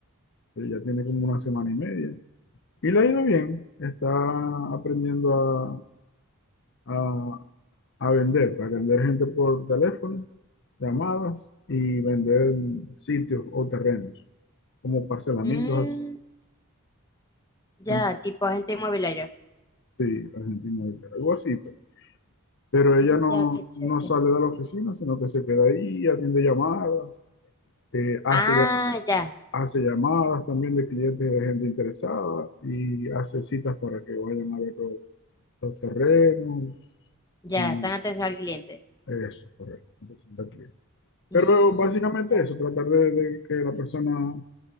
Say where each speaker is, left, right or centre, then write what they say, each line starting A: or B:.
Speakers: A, on the left (about 55°); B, on the left (about 15°).
A: eh, ya tiene como una semana y media. Y le ha ido bien, está aprendiendo a, a- a vender, para vender gente por teléfono, llamadas y vender sitios o terrenos, como parcelamientos
B: Mm,
A: así.
B: ya,
A: Tanto-
B: tipo agente inmobiliario.
A: Sí, Argentina, algo así. pues. Pero ella
B: Ah,
A: no,
B: ya, qué chévere.
A: no sale de la oficina, sino que se queda ahí, atiende llamadas, eh, hace,
B: Ah,
A: ya-
B: ya,
A: hace llamadas también de clientes de gente interesada y hace citas para que vayan a ver los, los terrenos
B: ya,
A: y
B: están atención al cliente.
A: eso, correcto. Entonces,
B: Mm,
A: Pero básicamente
B: ya,
A: eso, tratar de, de que la persona